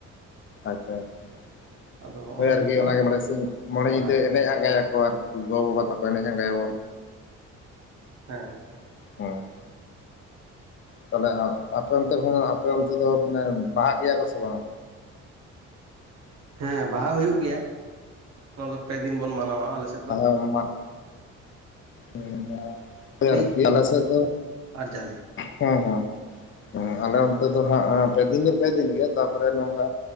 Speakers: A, on the left; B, on the right.
A: ᱟᱪᱪᱷᱟ ᱟᱪᱪᱷᱟ
B: ᱟᱫᱚ ᱦᱚᱸᱜᱼᱚ
A: ᱦᱳᱭ
B: ᱱᱟ
A: ᱟᱨᱠᱤ
B: ᱜᱮ ᱦᱩᱭᱩᱜ ᱠᱟᱱᱟ
A: ᱚᱱᱟᱜᱮ ᱢᱚᱬᱮ ᱥᱤᱧ ᱢᱚᱬᱮ
B: ᱥᱚᱨᱦᱟᱭ
A: ᱧᱤᱫᱟᱹ
B: ᱫᱚ
A: ᱮᱱᱮᱡ ᱟᱸᱜᱟᱭᱟᱠᱚ ᱟᱨᱠᱤ ᱜᱚ ᱵᱟᱵᱟ ᱛᱟᱠᱚ ᱮᱱᱮᱡ ᱟᱸᱜᱟᱭᱟᱵᱚᱱ
B: ᱦᱮᱸ
A: ᱦᱩᱸ <inaudible> ᱛᱟᱦᱚᱞᱮ ᱟᱯᱮ ᱚᱱᱛᱮ ᱠᱷᱚᱱ ᱟᱯᱮ ᱚᱱᱛᱮ ᱫᱚ ᱢᱟᱱᱮ ᱵᱟᱦᱟᱜ ᱜᱮᱭᱟ ᱠᱚ ᱥᱮ ᱵᱟᱝ
B: ᱦᱮᱸ ᱵᱟᱦᱟ ᱦᱩᱭᱩᱜ ᱜᱮᱭᱟ ᱚᱱᱟ ᱫᱚ ᱯᱮ ᱫᱤᱱ ᱵᱚᱱ ᱢᱟᱱᱟᱣᱟ ᱟᱞᱮᱥᱮᱫ ᱫᱚ
A: ᱟ <unintelligible> ᱦᱩᱸ ᱦᱩᱸ ᱦᱳᱭ
B: ᱫᱤ
A: ᱟᱨᱠᱤ ᱟᱞᱮᱥᱮᱫ ᱫᱚ
B: ᱟᱨ ᱡᱟᱞᱮ
A: ᱦᱩᱸ ᱦᱩᱸ ᱟᱞᱮ ᱚᱱᱛᱮ ᱫᱚ ᱦᱟᱜ ᱯᱮᱫᱤᱱ ᱫᱚ ᱯᱮᱫᱤᱱ ᱜᱮ ᱛᱟᱨᱯᱚᱨᱮ ᱱᱚᱝᱠᱟ